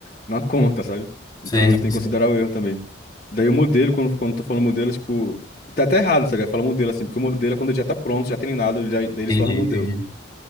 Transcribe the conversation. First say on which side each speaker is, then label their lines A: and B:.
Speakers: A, on the left (about 35°); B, on the left (about 20°).
A: numa conta, sabe?
B: sei,
A: Então, tem
B: sei, sei.
A: que considerar o erro também. Daí o modelo, quando, quando eu tô falando modelo, é, tipo, Tá até errado, sabe? Fala modelo assim, porque o modelo é quando ele já tá pronto, já treinado, ele já, daí ele
B: Entendi,
A: se torna um modelo.
B: entendi.